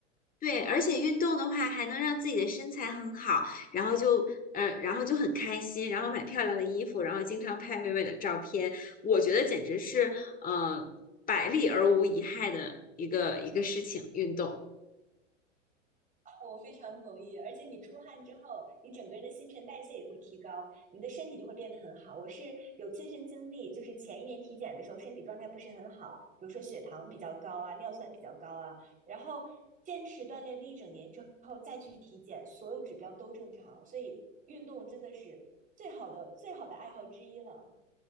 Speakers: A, on the left; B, on the right.
A: 对，而且运动的话还能让自己的身材很好，然后就呃，然后就很开心，然后买漂亮的衣服，然后经常拍美美的照片，我觉得简直是呃百利而无一害的一个一个事情，运动。
B: 我非常同意，而且你出汗之后，你整个人的新陈代谢也会提高，你的身体就会变得很好。我是有亲身经历，就是前一年体检的时候，身体状态不是很好，比如说血糖比较高啊，尿酸比较高啊，然后坚持锻炼了一整年之后再去体检，所有指标都正常，所以运动真的是最好的最好的爱好之一了。